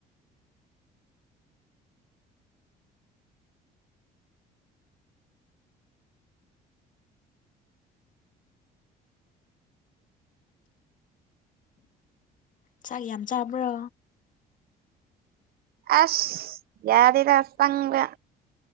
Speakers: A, on the left; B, on the right.
A: ꯆꯥꯛ ꯌꯥꯝ ꯆꯥꯕ꯭ꯔꯣ꯫
B: ꯑꯁ ꯌꯥꯗꯦꯗꯥ ꯆꯪꯗꯥ꯫